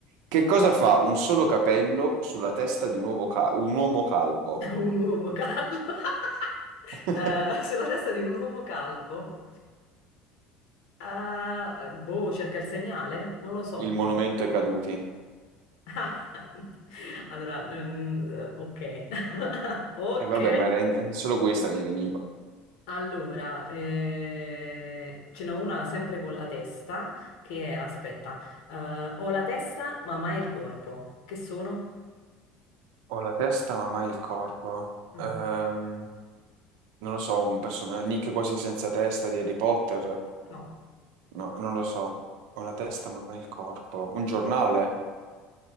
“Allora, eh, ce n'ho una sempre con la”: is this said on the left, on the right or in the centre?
Left